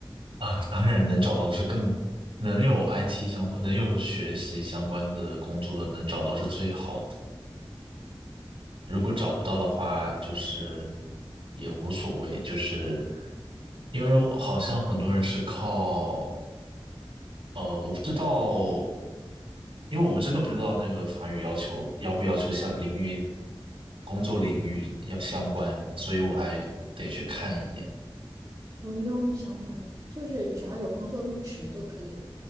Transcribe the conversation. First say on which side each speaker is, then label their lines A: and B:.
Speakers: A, on the right; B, on the right.
A: 啊，当然能找到是更能有 IT 相关，能有学习相关的工作，能找到是最好的。如果找不到的话，就是也无所谓，就是因为好像很多人是靠呃，我不知道，因为我们真的不知道那个法语要求要不要求像领域工作领域要相关，所以我还得去看一眼。
B: 不用相关的，就是只要有工作入职就可以了。